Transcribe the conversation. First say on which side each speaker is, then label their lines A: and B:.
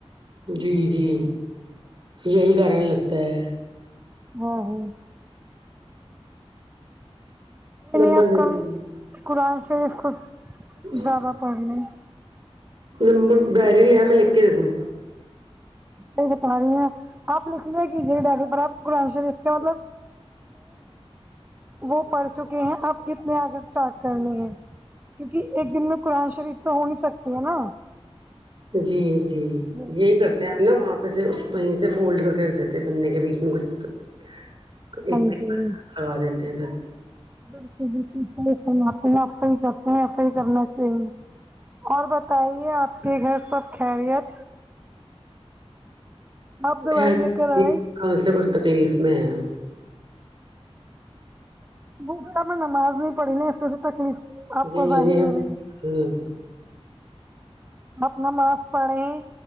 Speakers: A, on the right; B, on the right.
A: جی جی یہی کارن لگتا ہے
B: ہاں <unintelligible> ہ
A: نمبر
B: نہیں آپ
A: دے <unintelligible>
B: کل
A: د ممیمی
B: قرآن شریف کچھ
A: کو
B: زیادہ پڑھ لیں
A: نمبر ڈائری لیا میں لکھ کے دے دوں
B: یہ بتا رہی ہے اپ آپ لکھ ل کہ جی ڈڈی پر آپ کو <unintelligible> وہ پڑھ چکے ہیں اب کتنے آگے اسٹارٹ کرنی ہے کیونکی ایک دن میں قرآن شریف تو ہو نہیں سکتی ہے نا
A: جی جی
B: بالکل
A: یہی کرتے
B: بالکل
A: ہیں ہم نا وہاں پے اس وہیں سے فولڈ کر کے رکھ دیتے پنے کے بیچ میں کچھ <unintelligible>
B: ہاں جی
A: لگا دیتے ہیں
B: بالکل بالکل صحیح فرما رہے ہیں ایسا ہی کرتے ہے ایسا ہی کرنا چاہیے اور بتائیے آپ کے گھر سب خیریت آپ دوائی
A: خیر
B: لے کے
A: جی
B: رہے
A: کل سے کچھ تکلیف میں ہے ہم
B: بٹا میں نماز نہیں پڑھی نا اسس سے تکلیف آپ
A: جی
B: کو ظاہر
A: جی ہے
B: ہو رہی
A: لگ
B: اپ نماز پڑھے ہیں